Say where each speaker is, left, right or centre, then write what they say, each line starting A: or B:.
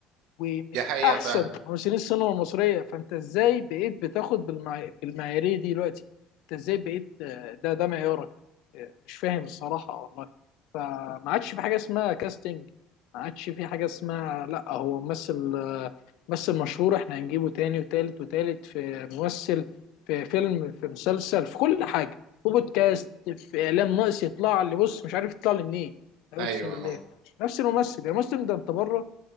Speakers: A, on the left; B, on the right.
A: ومن
B: دي حقيقة
A: احسن
B: فعلا
A: ممثلين السينما المصريه فانت ازاي بقيت بتاخد بالمع... بالمعياريه دي دلوقتي انت ازاي بقيت آه، ده ده معيارك آه، مش فاهم الصراحه والله فما عادش في حاجه اسمها كاستنج ما عادش في حاجه اسمها لا هو ممثل آه، ممثل مشهور احنا هنجيبه تاني وتالت وتالت في ممثل في فيلم في مسلسل في كل حاجه في بودكاست في اعلام ناقص يطلع اللي بص مش عارف يطلع لي منين اقسم
B: ايوه
A: بالله
B: اه
A: نفس الممثل يا مسلم ده انت بره